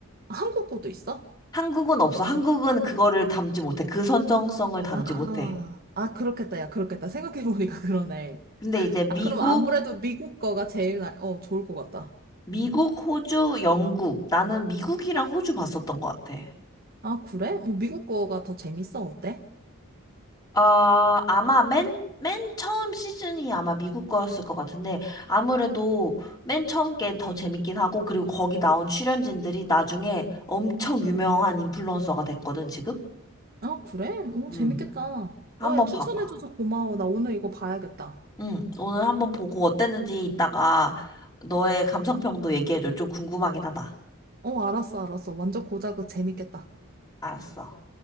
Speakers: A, on the right; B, on the left.
A: 한국 거도 있어?
B: 한국은 없어. 한국은 그거를 담지 못해. 그 선정성을 담지
A: 아,
B: 못해.
A: 아, 그렇겠다. 야, 그렇겠다. 생각해보니까 그러네.
B: 근데 이제 미국,
A: 아, 그럼 아무래도 미국 거가 제일, 나- 어, 좋을 것 같다.
B: 미국, 호주, 영국. 나는 미국이랑 호주 봤었던 것 같아.
A: 아, 그래? 뭐, 미국 거가 더 재밌어? 어때?
B: 아, 아마 맨, 맨 처음 시즌이 아마 미국 거였을 것 같은데, 아무래도 맨 처음 게 더 재밌긴 하고, 그리고 거기 나온 출연진들이 나중에 엄청 유명한 인플루언서가 됐거든, 지금?
A: 아, 그래? 어,
B: 음,
A: 재밌겠다.
B: 한번
A: 어, 야, 추천해줘서
B: 봐봐.
A: 고마워. 나 오늘 이거 봐야겠다.
B: 음, 오늘 한번 보고 어땠는지 이따가 너의 감상평도 얘기해줘. 좀 궁금하긴 하다.
A: 어, 알았어, 알았어. 완전 고작은 재밌겠다.
B: 알았어.